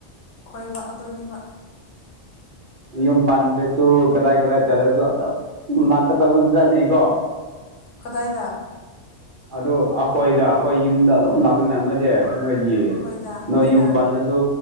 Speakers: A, on the left; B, on the right.
A: ꯈꯣꯏꯕ ꯑꯗꯨꯅꯤꯕ
B: ꯌꯨꯝ ꯄꯥꯟꯈ꯭ꯔꯁꯨ ꯀꯗꯥꯏ ꯀꯗꯥꯏ ꯆꯠꯂꯁꯨ ꯑꯗꯨꯝ ꯂꯥꯛꯀꯗꯧꯕ ꯖꯥꯠꯅꯤꯀꯣ
A: ꯀꯗꯥꯏꯗ
B: ꯑꯗꯨ ꯑꯈꯣꯏꯗ ꯑꯈꯣꯏ ꯌꯨꯝꯗ ꯑꯗꯨꯝ ꯂꯥꯀꯅꯦ ꯅꯣꯏꯗꯤ ꯅꯣꯏꯒꯤ
A: ꯍꯣꯏꯗ
B: ꯅꯣꯏ
A: ꯍꯣꯏꯗ
B: ꯌꯨꯝ ꯄꯜꯂꯁꯨ